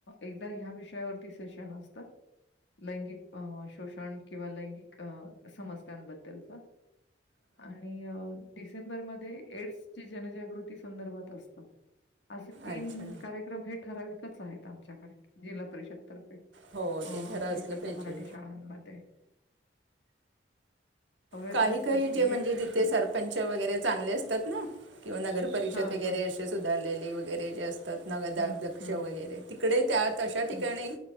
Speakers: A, on the left (about 75°); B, on the right (about 85°).
A: एकदा ह्या विषयावरती सेशन असतं. लैंगिक शोषण किंवा लैंगिक अ समस्यांबद्दलच आणि अ डिसेंबर मध्ये एड्स ची जनजागृती संदर्भात असत. असे तीन
B: अच्छा
A: कार्यक्रम हे ठराविकच आहेत आमच्याकडे जिल्हा परिषदतर्फे.
B: हो
A: अ आमच्या
B: ते खरं असलं
A: इकडच्या
B: पाहिजे
A: मराठी शाळांमध्ये. अवेअरनेससाठी
B: काही काही जे
A: हे
B: म्हणजे जिथे
A: ते
B: सर पंच वगैरे चांगले असतात ना किंवा नगर पररिषद
A: हां,
B: वगैरे
A: हां.
B: असे सुधारलेले वगैरे जे असतात. नगदा
A: हं,
B: दक्ष
A: हं,
B: वगैरे तिकडे त्यात अशा ठिकाणी
A: हं,